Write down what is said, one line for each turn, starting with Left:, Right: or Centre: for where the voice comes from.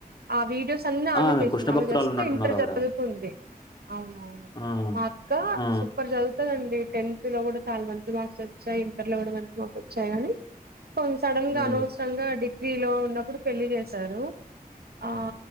Right: ఆ వీడియోస్ అన్ని ఆమె
Left: ఆ!
Right: చేసింది
Left: కృష్ణ
Right: ఆమె
Left: భక్తురాలున్నట్టున్నారు
Right: జస్ట్ ఇంటర్
Left: ఆవిడ.
Right: చదువుతుంది అవునవును
Left: ఆ!
Right: మా అక్క
Left: ఆ!
Right: సూపర్ చదువుతుందండి టెన్త్ లో కూడా చాలా మంచి మార్క్స్ వచ్చాయి ఇంటర్ లో కూడా మంచి మార్క్స్ వచ్చాయి కానీ కొంచం సడన్
Left: హ్మ్.
Right: గా అనవసరంగా డిగ్రీలో ఉన్నప్పుడు పెళ్లిి చేసారు ఆ